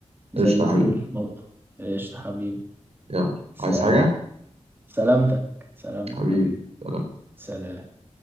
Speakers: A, on the right; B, on the right.
A: زي
B: قشطة يا
A: الفل
B: حبيبي
A: مبقى قشطة حبيبي
B: يلا
A: سلام
B: عايز حاجة
A: سلامتك سلامتك
B: حبيبي
A: حبيبي
B: سلام.
A: سلام